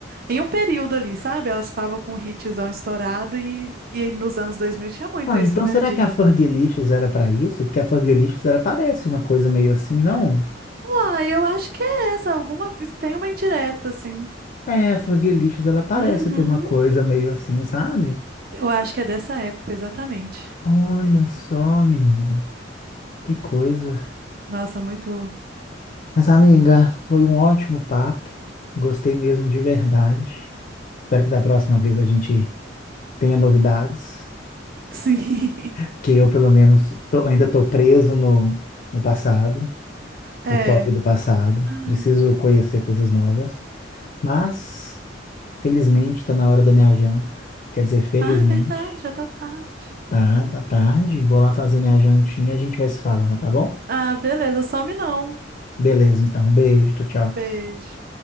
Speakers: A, on the right (about 55°); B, on the left (about 45°).
A: Em um período ali, sabe? Elas estavam com o hitzão estourado e, e nos anos 2000 tinha muito
B: Ah,
A: isso,
B: então
A: né?
B: será
A: De,
B: que a Fergalicious era para isso? Porque a Fergalicious era parece uma coisa meio assim, não?
A: uai, eu acho que é essa, alguma, tem uma indireta, assim.
B: É, a Fergalicious ela parece
A: Uhum,
B: ter uma coisa meio assim, sabe?
A: eu acho que é dessa época, exatamente.
B: Olha só, menino, que coisa.
A: Nossa, muito.
B: Mas, amiga, foi um ótimo papo. Gostei mesmo de verdade. Espero que da próxima vez a gente tenha novidades,
A: Sim.
B: porque eu, pelo menos, tô- ainda estou preso no, no passado,
A: <laughs>
B: o
A: É.
B: pop do passado.
A: Ai.
B: Preciso conhecer coisas novas. Mas, felizmente, está na hora da minha janta. Quer dizer, felizmente.
A: Ah, é verdade, já tá tarde.
B: Tá, tá tarde. Vou lá fazer minha jantinha e a gente vai se falando, tá bom?
A: Ah, beleza, some não.
B: Beleza, então. Um beijo, tchau, tchau.
A: Beijo.